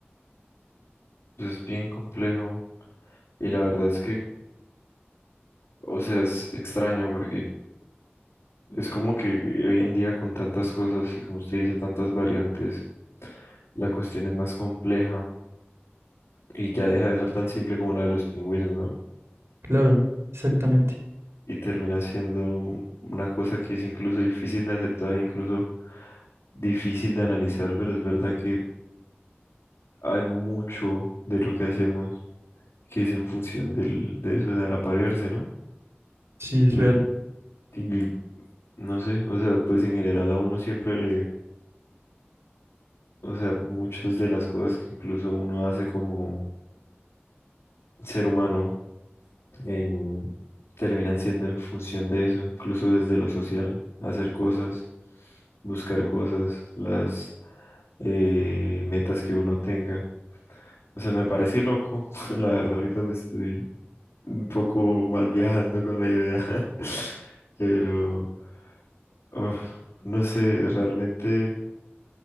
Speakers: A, on the left; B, on the right.
A: pues es bien complejo y la verdad es que, o sea, es extraño porque es como que hoy en día con tantas cosas y como usted dice, tantas variantes, la cuestión es más compleja y ya deja de ser tan simple como la de los pingüinos, ¿no?
B: Claro, exactamente.
A: y termina siendo un- una cosa que es incluso difícil de aceptar e incluso difícil de analizar, pero es verdad que hay mucho de lo que hacemos que es en función del, de eso, de al aparearse, ¿no?
B: Sí, es
A: Del,
B: real.
A: y no sé, o sea, pues en general a uno siempre le, o sea, muchas de las cosas que incluso uno hace como ser humano en- terminan siendo en función de eso, incluso desde lo social, hacer cosas, buscar cosas, las eh, metas que uno tenga. O sea, me parece loco, <laughs> la verdad ahorita me estoy un poco mal viajando con la idea, <laughs> pero uf, no sé, realmente,